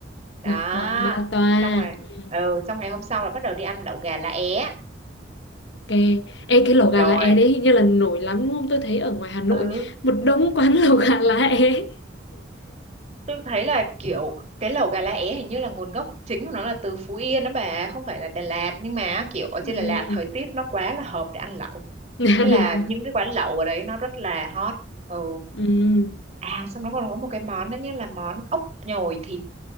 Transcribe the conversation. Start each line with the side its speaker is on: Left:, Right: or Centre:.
Right: đó
Left: lẩu bò ba toa
Right: xong rồi
Left: Ừm,
Right: ừ xong ngày hôm sau là bắt đầu đi ăn lẩu gà lá é
Left: ok Ê, cái lẩu gà
Right: rồi
Left: lá é đấy hình như là nổi lắm đúng không tôi thấy ở ngoài Hà Nội
Right: ừ
Left: một đống <laughs> quán lẩu gà lá é
Right: tôi thấy là kiểu cái lẩu gà lá é hình như là nguồn gốc chính của nó là từ Phú Yên đó bà không phải là Đà Lạt nhưng mà kiểu ở trên
Left: Ừm,
Right: Đà Lạt thời tiết nó quá là hợp để ăn lẩu
Left: <laughs>
Right: thế
Left: ăn
Right: là
Left: lẩu
Right: những cái quán lẩu ở đấy nó rất là hot ừ
Left: Ừm,
Right: à xong nó còn có một cái món nữa nhé là món ốc nhồi thịt